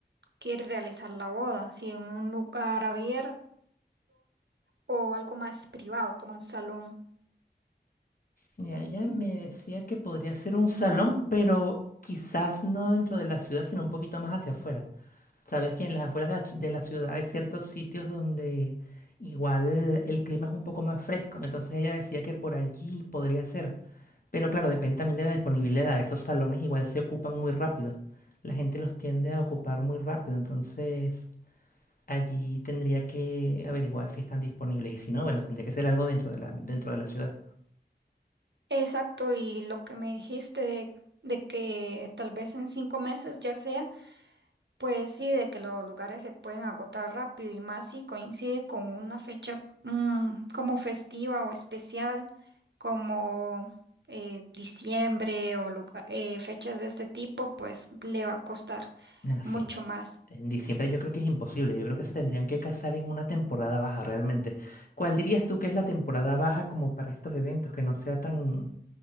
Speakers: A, on the right (about 75°); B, on the left (about 50°).
A: quiere realizar la boda, si en un lugar abierto o algo más privado, como un salón.
B: Y ella me decía que podría ser un salón, pero quizás no dentro de la ciudad, sino un poquito más hacia afuera. Sabes que en las afueras de la ci- de la ciudad hay ciertos sitios donde igual el clima es un poco más fresco. Entonces ella decía que por allí podría ser. Pero claro, depende también de la disponibilidad. Esos salones igual se ocupan muy rápido. La gente los tiende a ocupar muy rápido, entonces allí tendría que averiguar si están disponibles. Y si no, bueno, tendría que ser algo dentro de la, dentro de la ciudad.
A: Exacto, y lo que me dijiste de, de que tal vez en cinco meses ya sea, pues sí, de que los lugares se pueden agotar rápido y más si coincide con una fecha mm, como festiva o especial, como eh, diciembre o lugar- eh, fechas de este tipo, pues le va a costar
B: Ah, sí.
A: mucho más.
B: En diciembre yo creo que es imposible. Yo creo que se tendrían que casar en una temporada baja realmente. ¿Cuál dirías tú que es la temporada baja como para estos eventos, que no sea tan,